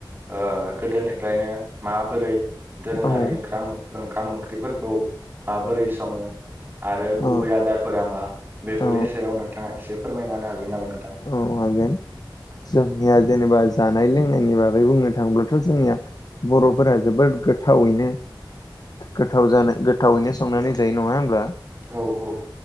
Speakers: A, on the right; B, on the left.
A: ओ गोदोनिफ्रायनो माबोरै दोरोङारि
B: औ
A: ओंख्राम ओंख्रिफोरखौ माबोरै सङो आरो गुबै
B: औ
A: आदार फोरा मा बेफोरनि
B: औ
A: सायाव नोंथाङा एसे फोरमायना होनो हागोन नामा नों
B: औ हागोन जोंनिया जेनेबा जानाय लोंनायनि बागै बुंनो थाङोब्लाथ' जोंनिया बर'फोरा जोबद गोथावैनो गोथाव जानाय गोथावैनो संनानै जायो नङा होनब्ला।
A: औ औ